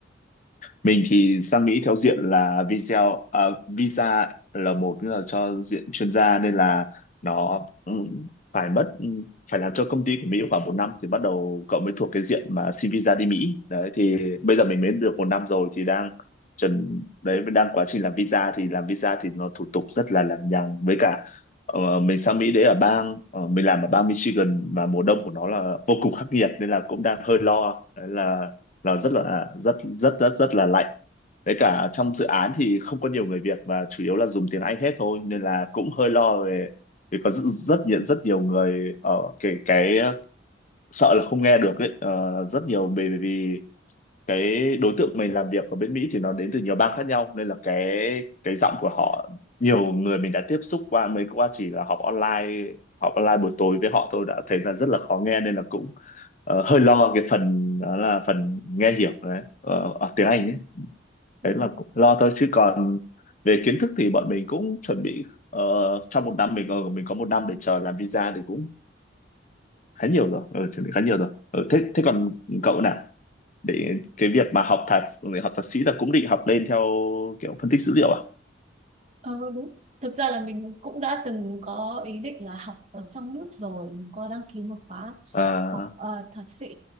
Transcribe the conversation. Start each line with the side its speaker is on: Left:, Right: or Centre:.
Left: mình thì sang Mỹ theo diện là visa à, visa là một nữa là cho diện chuyên gia nên là nó ừ, phải mất ừ, phải làm cho công ty của Mỹ khoảng một năm thì bắt đầu cậu mới thuộc cái diện mà xin visa đi Mỹ đấy thì bây giờ mình mới được một năm rồi thì đang chuẩn đấy đang quá trình làm visa thì làm visa thì nó thủ tục rất là lằng nhằng với cả ờ, mình sang Mỹ đấy ở bang ờ, mình làm ở bang Michigan và mùa đông của nó là vô cùng khắc nghiệt nên là cũng đang hơi lo đấy là là rất là rất rất rất rất là lạnh với cả trong dự án thì không có nhiều người Việt và chủ yếu là dùng tiếng Anh hết thôi nên là cũng hơi lo về vì có rất rất nhiều rất nhiều người ở cái cái sợ là không nghe được ấy ờ, rất nhiều bởi vì cái đối tượng mình làm việc ở bên Mỹ thì nó đến từ nhiều bang khác nhau nên là cái cái giọng của họ nhiều người mình đã tiếp xúc qua mới qua chỉ là họp online họp online buổi tối với họ tôi đã thấy là rất là khó nghe nên là cũng ờ, hơi lo cái phần đó là phần nghe hiểu đấy ờ, ở tiếng Anh ấy
Right: Ừ.
Left: đấy là cũng lo thôi chứ còn về kiến thức thì bọn mình cũng chuẩn bị ờ, trong một năm mình ờ, mình có một năm để chờ làm visa thì cũng khá nhiều rồi ờ, chuẩn bị khá nhiều rồi ờ, thế thế còn cậu nào để cái việc mà học thạc học thạc sĩ là cũng định học lên theo kiểu phân tích dữ liệu à,
Right: Ờ đúng. Thực ra là mình cũng đã từng có ý định là học ở trong nước rồi, mình có đăng ký một khóa
Left: à
Right: học ờ, thạc sĩ